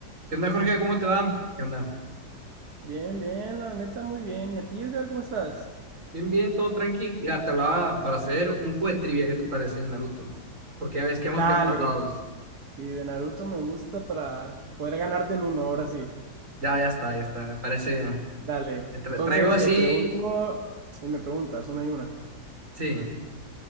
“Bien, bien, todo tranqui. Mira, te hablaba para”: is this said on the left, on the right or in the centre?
Right